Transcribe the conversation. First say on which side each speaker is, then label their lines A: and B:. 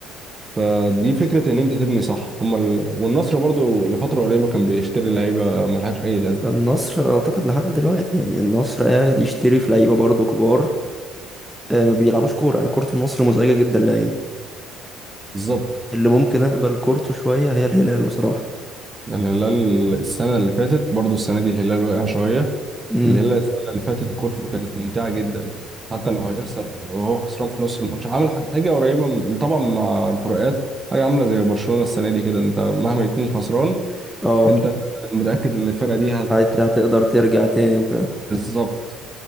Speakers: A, on the right (about 25°); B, in the centre.
A: فدي فكرة ان انت تبني صح هم ال... والنصر برضه لفترة قريبة كان بيشتري لعيبة ملهاش اي لازمة
B: النصر أعتقد لحد دلوقتي يعني النصر قاعد يشتري في لعيبة برضه كبار آه ما بيلعبوش كورة يعني كورة النصر مزعجة جدا لعيني
A: بالظبط
B: اللي ممكن أقبل كورته شوية هي الهلال بصراحة
A: الهلال السنة اللي فاتت برضه السنة دي الهلال وقع شوية
B: مم.
A: اللي هي السنة اللي فاتت كورتو كانت ممتعة جدا حتى لو هيخسر وهو خسران في نص الماتش عامل ح- حاجة قريبة من طبعا مع الفروقات حاجة عاملة زي برشلونة السنة دي كده انت مهما يكون خسران
B: اه
A: انت متأكد ان الفرقة دي هت
B: هت- هتقدر ترجع تاني وكده
A: بالظبط